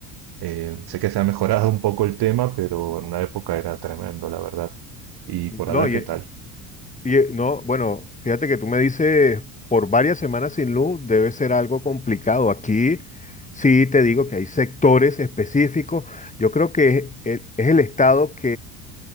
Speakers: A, on the right (about 55°); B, on the left (about 15°).
A: Eh, sé que se ha mejorado un poco el tema, pero en una época era tremendo, la verdad. ¿Y por
B: No,
A: allá
B: y,
A: qué tal?
B: Y, eh, no, bueno, fíjate que tú me dices por varias semanas sin luz debe ser algo complicado. Aquí sí te digo que hay sectores específicos. Yo creo que es el, es el estado